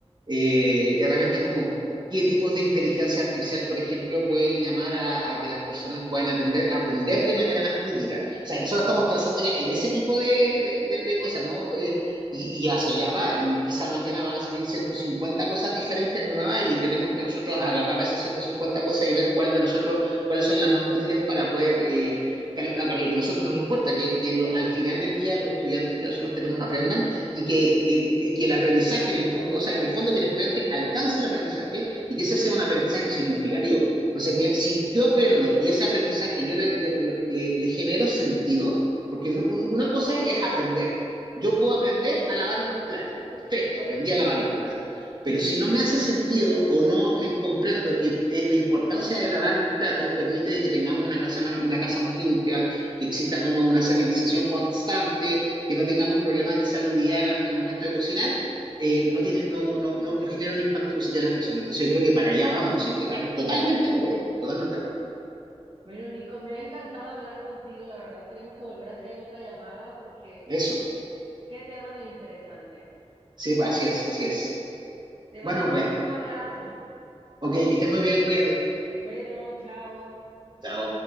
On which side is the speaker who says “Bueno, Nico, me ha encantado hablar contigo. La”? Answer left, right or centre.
Right